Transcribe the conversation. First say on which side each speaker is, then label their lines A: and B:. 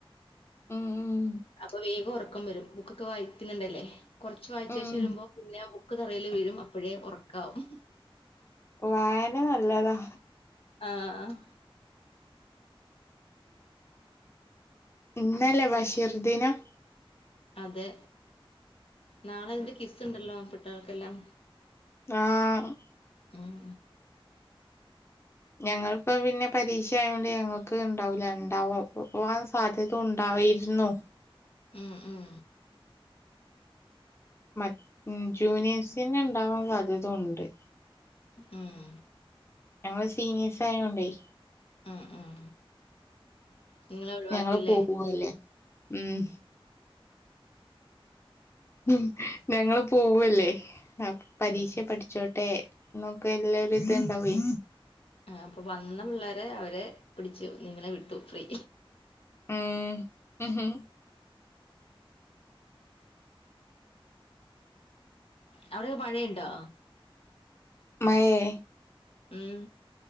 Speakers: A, on the left; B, on the left.
A: ഉം ഉം
B: അപ്പൊ വേഗം ഒർക്കം വെരും. ബുക്കൊക്കെ വായിക്ക്ന്ന്ണ്ടേലെ കൊർച്ച് വായിച്ചേച്ച്
A: ഉം
B: രുമ്പൊ പിന്നെ ബുക്ക് തറേല് വീഴും അപ്പഴേ ഒർക്കാവും
A: വായന നല്ലതാ
B: ആഹ് അഹ്
A: ഇന്നല്ലേ ബഷീർ ദിനം
B: അതെ നാളെ ഐന്റെ കിസ്സ്ണ്ടല്ലോ പിട്ടാളക്കെല്ലാം
A: ആഹ്
B: ഉം
A: ഞങ്ങൾപ്പോ പിന്നെ പരീക്ഷ ആയോണ്ട് ഞങ്ങൾക്ക് ണ്ടാവൂല ണ്ടാവും <unintelligible> സാധ്യത ഉണ്ടായിര്ന്നു
B: ഉം ഉം
A: മറ്റ് മ് ജൂനിയേഴ്സിന് ണ്ടാവാൻ സാധ്യതുണ്ട്
B: ഉം
A: ഞങ്ങള് സീനിയേഴ്സ് ആയോണ്ടേ.
B: ഉം ഉം നിങ്ങളെ ഒഴിവാക്കില്ലേ
A: ഞങ്ങള് പോവല്ലേ മ് മ് ഞങ്ങള് പോവല്ലേ അപ് പരീക്ഷ
B: ഉം
A: പഠിച്ചോട്ടെ ന്നൊക്കെ എല്ലാര് ത്ണ്ടാവെ
B: ആഹ് അപ്പ വന്ന പുള്ളേരെ അവരെ പിടിച്ച് ഇങ്ങനെ വിട്ടു ഫ്രീ
A: ഉം ഉഹു
B: അവിടെക്കെ മഴയിണ്ടോ?
A: മയേ?
B: ഉം